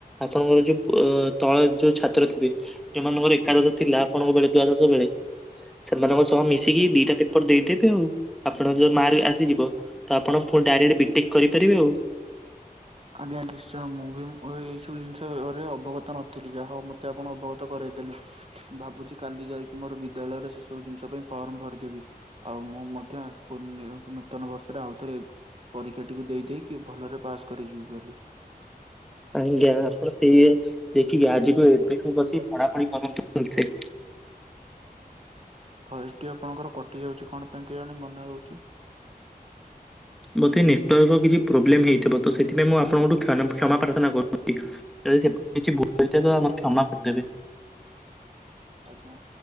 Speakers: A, in the centre; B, on the right.
A: ଆପଣଙ୍କର ଯୋଉ ତଳେ ଯୋଉ ଛାତ୍ର ଥିବେ ଯୋଉମାନଙ୍କର ଏକାଦଶ ଥିଲା ଆପଣଙ୍କ ବେଳେ ଦ୍ୱାଦଶ ବେଳେ ସେମାନଙ୍କ ସହ ମିଶିକି ଦିଟା ପେପର ଦେଇଦେବେ ଆଉ ଆପଣଙ୍କ ଯୋଉ ମାର୍କ ଆସିଯିବ ତ ଆପଣ ପୁଣି ଡାଇରେକ୍ଟ ବିଟେକ୍ କରିପାରିବେ ଆଉ।
B: ଆଜ୍ଞା ନିଶ୍ଚୟ, ମୁଁ ବି ଏଇ ସବୁ ଜିନିଷରେ ଅବଗତ ନଥିଲି। ଯାହା ହଉ ମତେ ଆପଣ ଅବଗତ କରାଇଦେଲେ। ଭାବୁଛି କାଲି ଯାଇକି ମୋର ବିଦ୍ୟାଳୟର ଶେଷ ସବୁ ଜିନିଷ ପାଇଁ ଫର୍ମ ଭରିଦେବି। ଆଉ ମୁଁ ମଧ୍ୟ ପୁନ୍ୟ-ନୂତନ ବର୍ଷରେ ଆଉଥରେ ପରୀକ୍ଷାଟିକୁ ଦେଇ ଦେଇକି, ଭଲରେ ପାସ୍ କରିଯିବି ବୋଲି।
A: ଆଜ୍ଞା ଆପଣ ସେ ଇଏ ଦେଖିବେ ଆଜିଠୁ ଏବେଠୁ ବସି ପଢାପଢି କରନ୍ତୁ ଭଲ ସେ।
B: ଭଏସ ଟି ଆପଣଙ୍କର କଟି ଯାଉଛି କଣ ପାଇଁ କେଇଯାଣି, ମନେହେଉଛି।
A: ବୋଧେ ନେଟୱାର୍କ ର କିଛି ପ୍ରୋବ୍ଲେମ ହେଇଥିବ। ତ ସେଥିପାଇଁ ମୁଁ ଆପଣଙ୍କଠୁ କ୍ଷ-କ୍ଷମା ପ୍ରାର୍ଥନା କରୁଛି। ସେ କିଛି ଭୁଲ ଥିବା ତ ଆପଣ କ୍ଷମା କରିଦେବେ।
B: ଆଜ୍ଞା।